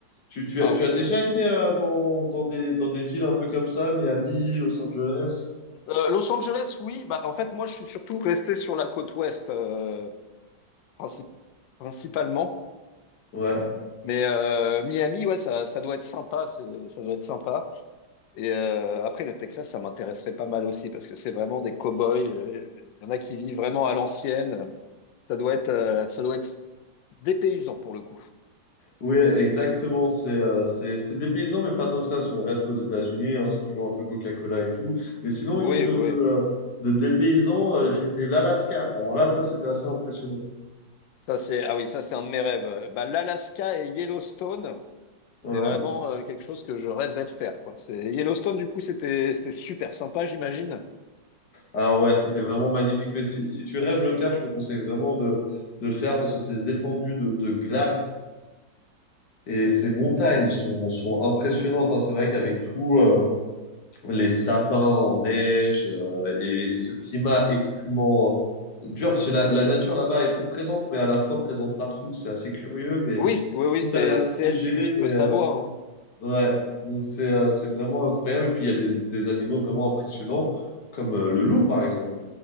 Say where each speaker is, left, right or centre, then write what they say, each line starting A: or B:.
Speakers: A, on the left; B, on the left.
A: Tu, tu
B: Ah
A: as, tu
B: oui,
A: as
B: oui.
A: déjà été euh, dans, dans des, dans des villes un peu comme ça, Miami, Los Angeles?
B: Euh, Los Angeles, oui. Bah, en fait, moi, je suis surtout resté sur la côte ouest, euh, princi- principalement.
A: Ouais.
B: Mais euh, Miami, ouais, ça, ça doit être sympa. C'est, ça doit être sympa. Et euh, après, le Texas, ça m'intéresserait pas mal aussi parce que c'est vraiment des cow-boys. euh, Il y en a qui vivent vraiment à l'ancienne. Ça doit être, euh, ça doit être des paysans pour le coup.
A: Oui, exactement. C'est euh, c'est c'est des paysans, mais pas tant que ça. Si On reste aux États-Unis, hein, c'est toujours un peu Coca-Cola et tout. Mais sinon, ouais,
B: Oui,
A: quelque chose
B: oui, oui.
A: de, euh, de dépaysant, euh, j'ai fait l'Alaska. Alors là, ça, c'était assez impressionnant.
B: Ça, c'est, ah oui, ça, c'est un de mes rêves. Euh, Bah, l'Alaska et Yellowstone,
A: Ouais.
B: c'est vraiment euh, quelque chose que je rêverais de faire, quoi. C'est Yellowstone, du coup, c'était, c'était super sympa, j'imagine.
A: Alors ouais, c'était vraiment magnifique. Mais si, si tu rêves de le faire, je te conseille vraiment de, de le faire parce que ces étendues de, de glace et ces montagnes sont, sont impressionnantes. hein. C'est vrai qu'avec tout, euh, les sapins en neige euh, et, et ce climat extrêmement dur, parce que la, la nature là-bas est peu présente, mais à la fois présente partout. C'est assez curieux, mais
B: Oui, oui, oui,
A: tout
B: c'est,
A: a l'air
B: c'est
A: figé,
B: elle qui dicte
A: mais
B: sa
A: euh,
B: loi, hein.
A: ouais, donc c'est euh, c'est vraiment incroyable. Et puis il y a des, des animaux vraiment impressionnants, comme euh, le loup, par exemple.